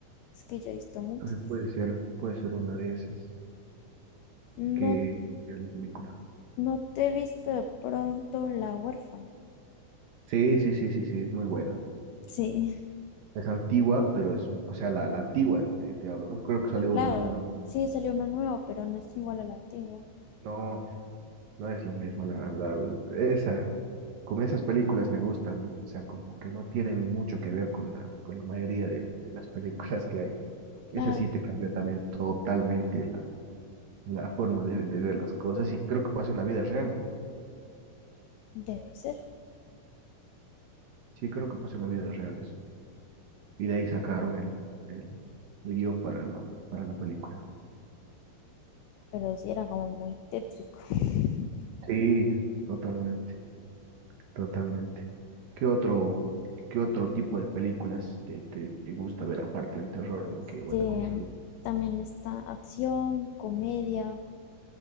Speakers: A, on the left; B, on the right.
A: Es que yo he visto muchas.
B: Entonces puede ser, puede ser una de esas
A: No,
B: que de la película.
A: no te he visto de pronto la huérfana.
B: Sí, sí, sí, sí, sí, es muy buena.
A: Sí.
B: Es antigua, pero es, o sea, la, la antigua, te, te hablo, ¿no? Creo que salió
A: Claro,
B: una, una,
A: sí salió uno nuevo, pero no es igual al antiguo.
B: no, no es lo mismo, la, la, esa, Como esas películas me gustan, o sea, como que no tienen mucho que ver con la, con la mayoría de, de las películas que hay.
A: Claro,
B: Esa sí te cambia también totalmente la, la forma de, de ver las cosas y creo que pasa en la vida real, ¿no?
A: debe ser,
B: Sí, creo que pasa en la vida real eso. Y de ahí sacaron el, el, el guión para la, para la película.
A: pero sí era como muy tétrico. <laughs>
B: Sí, totalmente, totalmente. ¿Qué otro, qué otro tipo de películas te, te, te gusta ver aparte del terror,
A: Este,
B: ¿no? Que bueno, coincidir.
A: también está acción, comedia,